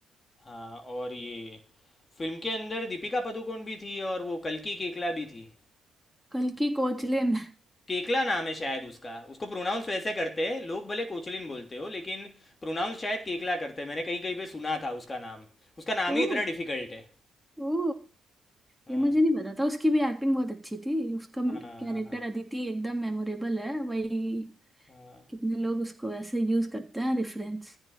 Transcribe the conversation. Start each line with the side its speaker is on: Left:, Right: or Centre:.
Left: हाँ और ये फिल्म के अंदर दीपिका पादुकोण भी थी और वो कल्कि केकला भी थी
Centre: कल की कोचलिन
Left: केकला नाम है शायद उसका उसको प्रोनाउंस वैसे करते हैं लोग भले कोचलिन बोलते हो लेकिन प्रोनाउंस शायद केकला करते हैं मैंने कहीं कहीं पे सुना था उसका नाम उसका नाम
Centre: ओ
Left: ही इतना डिफिकल्ट है
Centre: ओ
Left: हाँ
Centre: ये मुझे नहीं पता था उसकी भी एक्टिंग बहुत अच्छी थी उसका
Left: हाँ
Centre: कैरेक्टर
Left: हाँ
Centre: अदिति एकदम मेमोरेबल है वही
Left: हाँ
Centre: कितने लोग उसको ऐसे यूज करते हैं रेफरेंस